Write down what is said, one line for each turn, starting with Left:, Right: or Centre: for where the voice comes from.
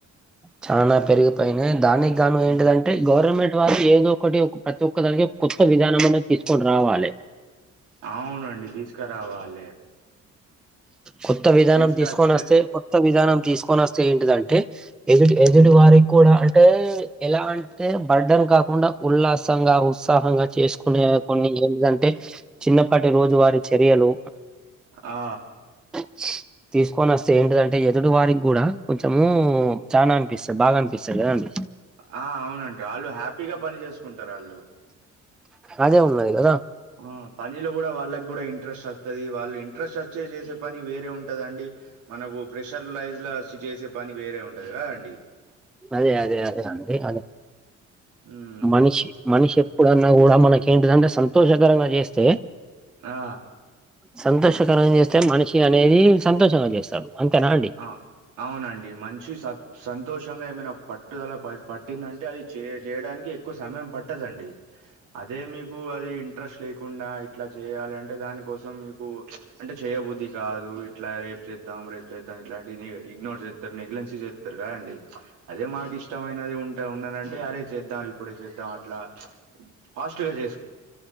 Centre: చనా పెరిగిపోయినాయి దానికి గాను ఏంటిదంటే
Right: హ్మ్.
Centre: గవర్నమెంట్ వాళ్ళు ఏదో ఒకటి ప్రతి ఒక్క దానికీ కొత్త విధానం అన్నా తీసుకొని రావాలి
Right: అవునండి తీసుకురావాలె
Centre: కొత్త విధానం
Right: తీసుకస్తే
Centre: తీసుకొనొస్తే కొత్త విధానం తీసుకొనస్ సేంటిదంటే ఎదుటి ఎదుటి
Right: మ్మ్
Centre: వారికి కూడా అంటే ఎలా అంటే బర్డన్ కాకుండా ఉల్లాసంగా ఉత్సాహంగా చేసుకునే కొన్ని ఏమిదంటే చిన్నపాటి రోజు వారీ చర్యలు
Right: ఆ
Centre: అ తీసుకోనొస్తే ఏంటిదంటే ఎదుటి వారికి కూడా కొంచెము చానా అన్పిస్తుంది బాగా అన్పిస్తది కదా అండి
Right: ఆ అవునండి ఆళ్ళు హ్యాపీగా పని చేసుకుంటారు ఆళ్ళు
Centre: అదే ఉన్నది కదా
Right: ఆ పనిలో కూడా వాళ్ళకి కూడా ఇంట్రెస్ట్ వస్తది వాళ్ళు ఇంట్రెస్ట్ అస్ చే చేసే పని వేరే ఉంటదండి మనకు ప్రెషర్లైజ్లా సు చేసే పని వేరే ఉంటది కదండి
Centre: అదే అదే అదే అండి అదే
Right: మ్మ్
Centre: మనిషి మనిషి ఎప్పుడన్నా కూడా మనకి ఏంటదంటే సంతోషకరంగా చేస్తే
Right: ఆ
Centre: సంతోషకరంగా చేస్తే మనిషి అనేది సంతోషంగా చేస్తాడు అంతేనా అండి
Right: ఆ అవునండి మంచి స సంతోషంగా ఏమైనా పట్టుదలా ప పట్టిందంటే అది చే చేయడానికి ఎక్కువ సమయం పట్టదండి అదే మీకు అది ఇంట్రెస్ట్ లేకుండా ఇట్లా చేయాలంటే దానికోసం మీకు అంటే చెయ్య బుద్ధి కాదు ఇట్లా రేపు చేద్దాం రేపు చేద్దాం ఇట్లాంటివి ఇగ్నోర్ చేత్తరు నెగ్లెన్సీ చేత్తరు కదండి అదే మాకు ఇష్టమైనది ఉం టే ఉన్నాదంటే అరే చేద్దాం ఇప్పుడే చేద్దాం అట్లా ఫాస్ట్‌గా చేసు